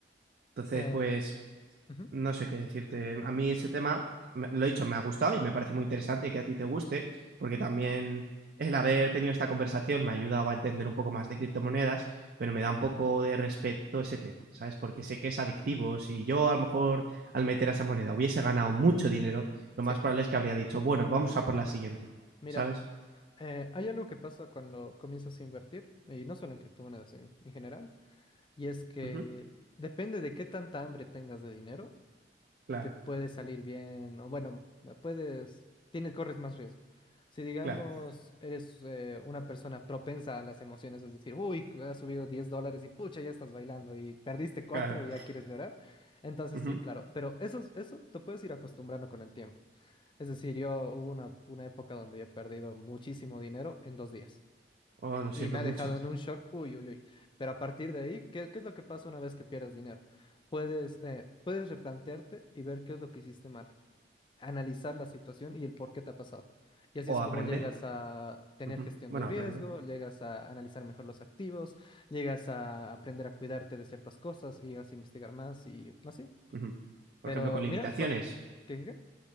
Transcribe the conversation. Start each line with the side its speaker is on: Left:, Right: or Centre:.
Right: Entonces,
Left: Eh,
Right: pues
Left: ujú.
Right: no sé qué decirte. A mí ese tema, lo he dicho, me ha gustado y me parece muy interesante que a ti te guste, porque también el haber tenido esta conversación me ha ayudado a entender un poco más de criptomonedas, pero me da un poco de respeto ese tema, ¿sabes? Porque sé que es adictivo. Si yo a lo mejor al meter a esa moneda hubiese ganado mucho dinero, lo
Left: Sí.
Right: más probable es que habría dicho, bueno, vamos a por la siguiente,
Left: Mira,
Right: ¿sabes?
Left: eh, hay algo que pasa cuando comienzas a invertir, y no solo en criptomonedas en en general Y es que
Right: Ujú,
Left: depende de qué tanta hambre tengas de dinero,
Right: Claro,
Left: te puede salir bien, o bueno, puedes, tienes, corres más riesgo. Si digamos,
Right: claro,
Left: eres eh, una persona propensa a las emociones, es decir, uy, que has subido 10 dólares y pucha, ya estás bailando y perdiste cuatro
Right: claro.
Left: y ya quieres llorar. Entonces
Right: Ujú.
Left: sí, claro, pero eso, es- eso te puedes ir acostumbrando con el tiempo. Es decir, yo hubo una, una época donde yo he perdido muchísimo dinero en dos días.
Right: Oh, lo siento
Left: Y me ha
Right: mucho.
Left: dejado en un shock, uy, uy, uy. Pero a partir de ahí, ¿qué, qué es lo que pasa una vez que pierdes dinero? Puedes, eh, puedes replantearte y ver qué es lo que hiciste mal, analizar la situación y el por qué te ha pasado. Y así
Right: O
Left: es
Right: aprender.
Left: como llegas a tener
Right: Ujú.
Left: gestión
Right: Bueno,
Left: de riesgo,
Right: aprender.
Left: llegas a analizar mejor los activos, llegas a aprender a cuidarte de ciertas cosas y llegas a investigar más y así.
Right: Ujú.
Left: Pero
Right: Por ejemplo, con limitaciones.
Left: mira, por... ¿Qué, qué, qué?